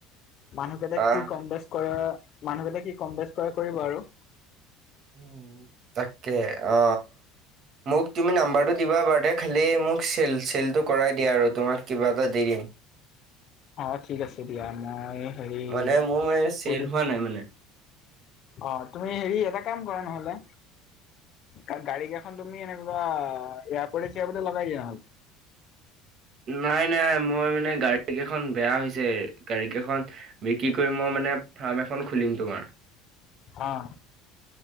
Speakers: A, on the left; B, on the right.
A: মানুহকেইটা
B: আহ
A: কি কম-বেচ কৰে, মানুহকেইটাই কি কম-বেচ কৰে কৰিব আৰু।
B: উম', তাকে অ। মোক তুমি নাম্বাৰটো দিবা বাৰু দেই, খালি মোক চেল-চেলটো কৰাই দিয়া আৰু তোমাক কিবা এটা দি দিম।
A: অ' ঠিক আছে দিয়া, মই হেৰি
B: মানে মোৰ মানে চেল
A: কৈ দিম।
B: হোৱা নাই মানে
A: অ তুমি হেৰি এটা কাম কৰা নহলে কাৰ গাড়ী কেইখন তুমি এনেকিবা এয়াৰপৰ্টে চিয়াবলৈ লগাই দিয়া নহ'ল
B: নাই নাই মই মানে গাড়ী কেইখন বেয়া হৈছে গাড়ী কেইখন বিক্ৰী কৰিম মই মানে ফাৰ্ম এখন খুলিম তোমাৰ
A: আহ